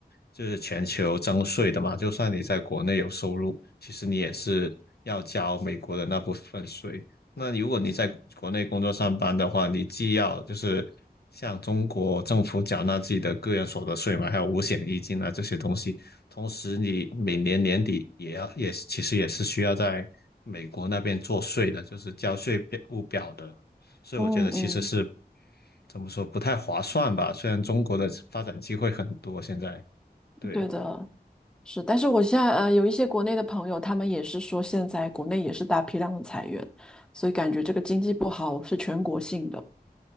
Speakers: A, on the left (about 75°); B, in the centre.
A: 就是全球征税的嘛，就算你在国内有收入，其实你也是要交美国的那部分税。那如果你在国内工作上班的话，你既要就是向中国政府缴纳自己的个人所得税嘛，还有五险一金啊这些东西，同时你每年年底也要也其实也是需要在美国那边做税的，就是交税表务表的。所以我觉得其实是
B: 嗯嗯，
A: 怎么说不太划算吧？虽然中国的发展机会很多，现在对，
B: 对的。是，但是我现在呃有一些国内的朋友，他们也是说现在国内也是大批量的裁员，所以感觉这个经济不好是全国性的。